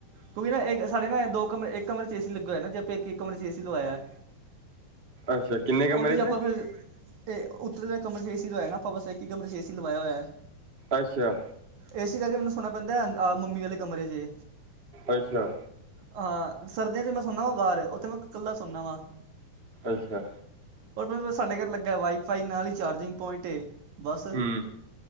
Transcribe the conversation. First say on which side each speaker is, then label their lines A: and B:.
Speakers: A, on the right; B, on the right.
A: ਕਿਉਂਕਿ ਨਾ ਇੱਕ ਸਾਡੇ ਨਾ ਦੋ ਕਮਰੇ ਇਕ ਕਮਰੇ ਚ ਏ ਸੀ ਲੱਗਾ ਹੋਇਆ ਨਾ ਜੇ ਆਪਾਂ ਇੱਕ ਕਮਰੇ ਚ ਏ ਸੀ ਲਵਾਇਆ
B: ਅੱਛਾ ਕਿੰਨੇ ਕਮਰੇ
A: ਉਹਦੀ ਜ
B: ਚ
A: ਆਪਾਂ ਫੇਰ ਤੇ ਉੱਤਲੇ ਕਮਰੇ ਚ ਏ ਸੀ ਲਇਆ ਨਾ ਆਪਾ ਬਸ ਇਕ ਈ ਕਮਰੇ ਚ ' ਏ ਸੀ ਲਵਾਇਆ ਹੋਇਆ
B: ਅੱਛਾ
A: ਏ ਸੀ ਲਾ ਕੇ ਮੈਨੂੰ ਸੋਣਾ ਪੈਂਦਾ ਅ ਮੰਮੀ ਵਾਲੇ ਕਮਰੇ ਚ
B: ਅੱਛਾ
A: ਹਾਂ ਸਰਦੀਆਂ ਚ ਮੈਂ ਸੋਨਾ ਵਾ ਬਾਹਰ ਉਹਥੇ ਮੈਂ ਇਕੱਲਾ ਸੋਂਦਾ ਵਾ
B: ਅੱਛਾ
A: ਔਰ ਮਤਲਬ ਸਾਡੇ ਘਰ ਲੱਗਾ ਵਾਈਫਾਈ ਨਾਲ ਹੀ ਚਾਰਜਿੰਗ ਪੁਆਇੰਟ ਏ ਬਸ
B: ਹੂੰ